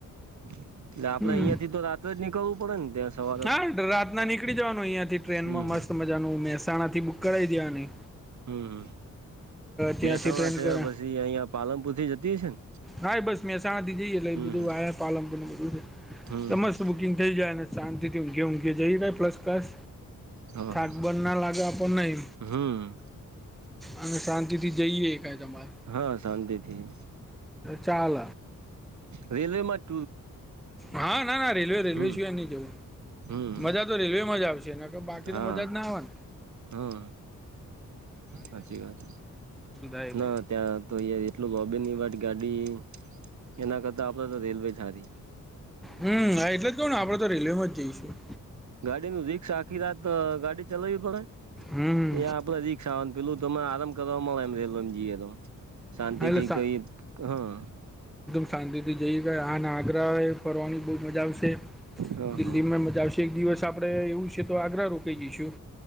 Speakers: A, on the right; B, in the centre.
A: એટલે આપડે
B: હમ
A: અહિયાં થી તો રાત્રે જ નીકળવું પડે ને ત્યાં સવારે
B: હા રાત ના નીકળી જવાનું અહિયાંથી ટ્રેન
A: હમ
B: માં
A: હમ
B: મસ્ત મજાનું મહેસાણા થી બુક કરાવી દેવાની
A: હમ
B: ત્યાંથી
A: મહેસાણા
B: ટ્રેન
A: છે
B: કરે
A: પછી અહિયાંયા પાલનપુર થી જતી હ છે ને
B: હા બસ મહેસાણાથી જઈએ એટલે
A: હમ
B: બધું પાલમપુરું બધું
A: હમ
B: છે મસ્ત બુકિંગ થઈ જાય ને શાંતિથીું ઘેે જઈાય પલસ કસ
A: હા
B: થાક
A: હા
B: બંધ ના લાગવા પણ નહી
A: હમ
B: અને શાંતિ થી જઈએ એકાાય તમારે
A: હા શાંતિથી
B: ચાલ
A: રેલવે માટે
B: હા ના ના રેલવે રેલવે
A: હમ
B: સિવા નહી જવું
A: હમ
B: મજા તો રેલવેમાં જ આવશે એ બાકી
A: હા
B: તો મજા જ ના આવવાની
A: હા સાચી વાત
B: થાય એ
A: ના
B: તો
A: ત્યાં તો એટલુંબેનની વાત ગાડી એના કરતા આપડે તો રેલવે જારી
B: હમા એટલે જ કવને આપડે તો રેલવેમાં જઈશું
A: ગાડી નું રીસ આખી રાત ગાડી ચલાવી પડે
B: હમ
A: ્યા આપડે રી પેલું તને આરામ કરવાવામાં આવે એમ રેલવે જઈએ તો શાંતિ
B: હા એટલે
A: થી
B: સા
A: કઈ હા
B: શાંતિથી જઈ ગાય આ અને આગ્રાએ ફરવાની બહુ મજા આવશે
A: હા
B: દિલ્હીમાં
A: હા
B: મજા આવશે એક દિવસ આપડે એવું છે તો આગ્રા રોકાઈ ગઈશું